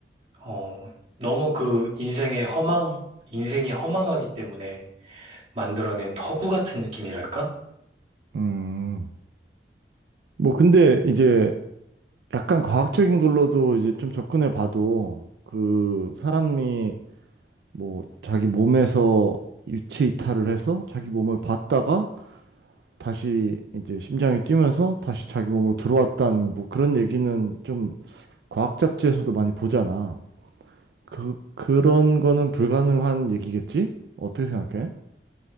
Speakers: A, on the right; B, on the right.
A: 어, 너무 그 인생의 허망, 인생이 허망하기 때문에 만들어낸 허구 같은 느낌이랄까?
B: 음. 뭐 근데 이제 약간 과학적인 걸로도 이제 좀 접근해 봐도 그 사람이 뭐 자기 몸에서 유체 이탈을 해서 자기 몸을 봤다가 다시 이제 심장이 뛰면서 다시 자기 몸으로 들어왔다는 뭐 그런 얘기는 좀 과학 잡지에서도 많이 보잖아. 그 그런 거는 불가능한 얘기겠지? 어떻게 생각해?